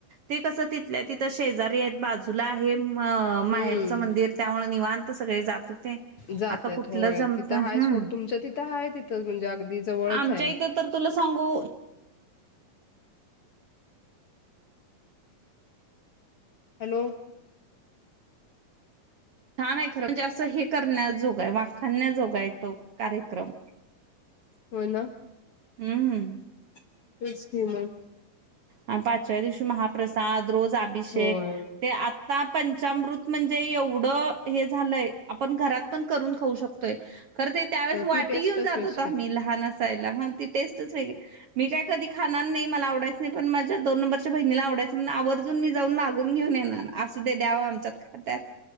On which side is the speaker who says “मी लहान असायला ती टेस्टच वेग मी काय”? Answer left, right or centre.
Right